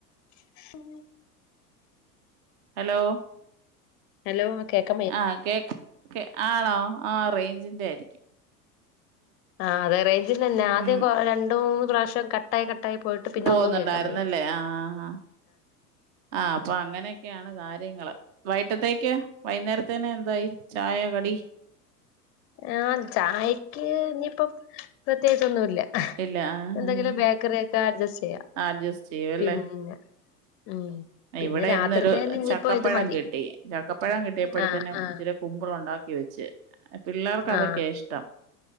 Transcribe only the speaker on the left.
<unintelligible>
ഹലോ കേക്ക
ആ അതെ. റേയ്ഞ്ചിന്റെ തന്നെ യാ ആദ്യം
രണ്ടു മൂന്ന് പ്രാവശ്യം കട്ടായി കട്ടായി പോയിട്ട്. പിന്നെ
ഒന്നും കേൾക്കാൻ വയ്യ
ആ ചായക്ക് ഇഞ്ഞിപ്പം പ്രത്യേകിച്ചൊന്നുല്ല.
എന്തെങ്കിലും
ബേക്കറി ഒക്കെ അഡ്ജസ്റ്റ് ചെയ്യാം
പിന്നെ. ഉം പിന്നെ
രാത്രിത്തേന്
ഇനിയിപ്പോ
ഇത് മതി
ആ ആ
ആ